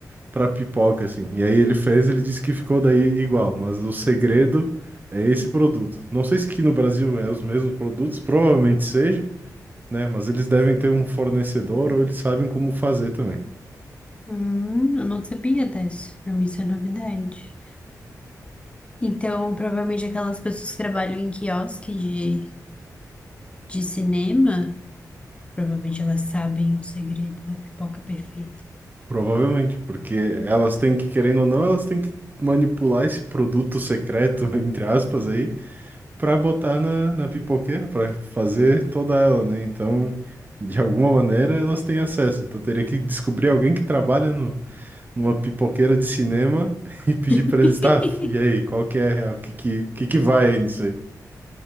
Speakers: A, on the right; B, on the left.
A: pra pipoca, assim. E aí ele fez, ele disse que ficou daí igual, mas o segredo é esse produto. Não sei se aqui no Brasil é os mesmos produtos, provavelmente seja, né? Mas eles devem ter um fornecedor ou eles sabem como fazer também.
B: Hum, eu não sabia dessa. Pra mim isso é novidade. Então, provavelmente aquelas pessoas que trabalham em quiosque de, de cinema, provavelmente elas sabem o segredo da pipoca perfeita.
A: Provavelmente, porque elas têm que, querendo ou não, elas têm que manipular esse produto secreto, <laughs> entre aspas, aí, pra botar na, na pipoqueira, pra fazer toda ela, né? Então, de alguma maneira, elas têm acesso. Então, teria que descobrir alguém que trabalha no numa pipoqueira de cinema <laughs> e pedir
B: <laughs>
A: pra eles, tá? E aí, qual que é a real? O Que que, que que vai aí nisso aí?